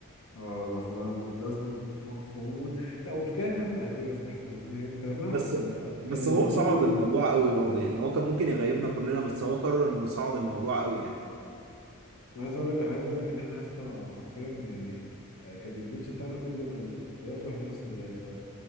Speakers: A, on the left (about 75°); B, on the right (about 65°).
A: اه لا، اصلا لازم موقف عموما لا ومشكلة ان احنا اغبياء يا اسطى احنا يعني كلامنا احنا
B: بس
A: كنا
B: بس
A: كان البنش
B: هو صعد
A: كله
B: الموضوع قوي برضه يعني هو كان ممكن يغيبنا كلنا بس هو قرر انه يصعد الموضوع قوي يعني
A: انا عايز اقول لك انا عايز اقول لك ان احنا يا اسطى حرفيا يعني آه، كان البنش بتاعنا كله كان ولاد واحنا بس الولاد ف